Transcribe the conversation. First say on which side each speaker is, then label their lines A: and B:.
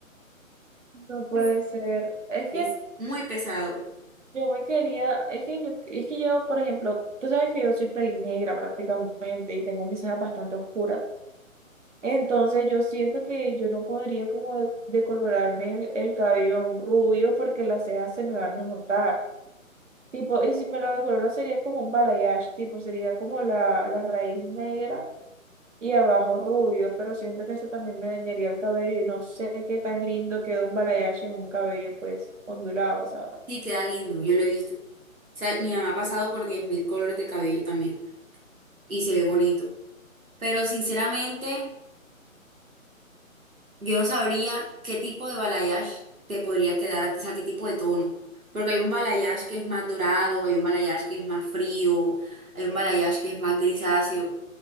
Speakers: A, on the right; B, on the right.
A: No puede
B: <laughs>
A: ser. Es
B: Es
A: que
B: muy pesado.
A: yo me quería, es que yo, es que yo, por ejemplo, tú sabes que yo soy pelinegra prácticamente y tengo mis cejas bastante oscuras. Entonces yo siento que yo no podría como de- decolorarme el, el cabello a un rubio porque las cejas se me van a notar. Tipo, y si me lo decoloro sería como un balayage, tipo, sería como la, la raíz negra y abajo rubio, pero siento que ese también me dañaría el cabello y no sé qué tan lindo quedó un balayage en un cabello pues ondulado, ¿sabes?
B: Sí, queda lindo, yo lo he visto. O sea, mi mamá ha pasado por 10.000 colores de cabello también y se ve bonito. Pero sinceramente, yo no sabría qué tipo de balayage te podría quedar, a- o sea, qué tipo de tono. Porque hay un balayage que es más dorado, hay un balayage que es más frío, hay un balayage que es más grisáceo.